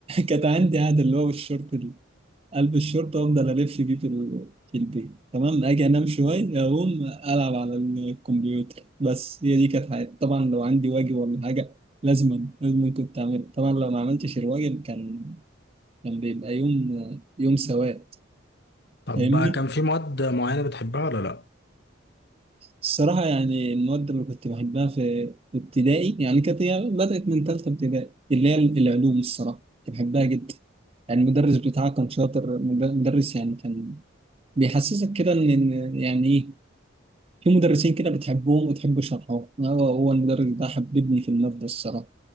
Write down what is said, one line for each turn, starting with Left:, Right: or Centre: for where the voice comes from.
Right: كانت عندي عادة اللي هو الشورت ال- قلب الشورت وافضل الف بيه في ال- في البيت تمام اجي انام شويه اقوم العب على الكمبيوتر بس هي دي كانت حياتي طبعا لو عندي واجب ولا حاجه لازما لازم كنت اعمله طبعا لو ما عملتش الواجب كان كان بيبقى يوم يوم سواد
Left: طب
Right: فاهمني
Left: بقى كان في مواد معينة بتحبها ولا لأ؟
Right: الصراحة يعني المواد اللي كنت بحبها في في ابتدائي يعني كانت هي بدأت من تالتة ابتدائي اللي هي العلوم الصراحة كنت بحبها جدا يعني المدرس بتاعها كان شاطر مد- مدرس يعني كان بيحسسك كده إن إن يعني إيه في مدرسين كده بتحبهم وتحب شرحهم هو هو المدرس ده حببني في المادة الصراحة